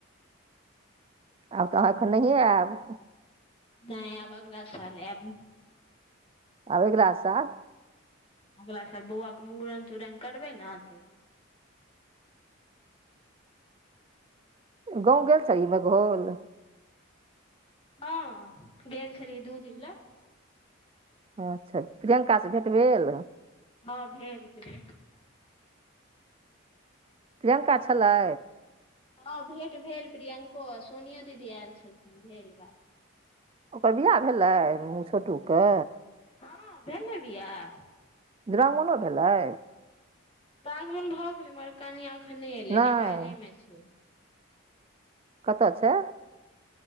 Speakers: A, on the right; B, on the left.
A: आब तऽ अहाँ एखन नहिए आयब
B: ने आब अगला साल आब
A: आब अगला साल
B: अगला साल बौआके मुड़न तूड़न करबै ने होतै
A: गाँव गेल छहीह बघोल
B: हँ गेल छलियै दू दिन लऽ
A: अच्छा प्रियंकासँ भेट भेल
B: हँ भेल भेल
A: प्रियंका छलै
B: हँ भेंट भेल प्रियंको सोनियो दीदी आयल छलखिन भेल बात
A: ओकर बिआह भेलै छोटूके
B: हँ भेले बियाह
A: द्रामणो भेलै
B: बागमन भऽ गेलै मगर कनि एखने एलै
A: नहि
B: नेपालेमे छै
A: कत छै